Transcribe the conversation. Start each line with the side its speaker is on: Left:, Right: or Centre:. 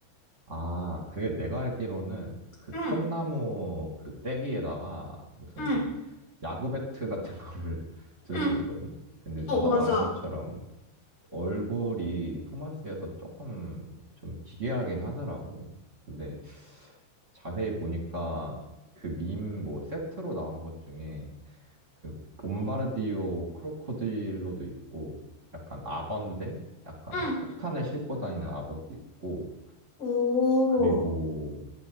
Right: 아, 그게 내가 알기로는 그
Left: 응,
Right: 통나무 그 떼기에다가 무슨
Left: 응,
Right: 야구 배트 같은 <laughs> 거를 들고
Left: 응.
Right: 있거든? 근데 너가
Left: 어, 맞아.
Right: 말한 것처럼 얼굴이 토마스여서 조금 좀 기괴하긴 하더라고. 근데 자세히 보니까 그 밈 뭐 세트로 나온 것 중에 그 봄바르디오 크로코딜로도 있고 약간 악어인데 약간
Left: 응.
Right: 폭탄을 싣고 다니는 악어도 있고
Left: 오,
Right: 그리고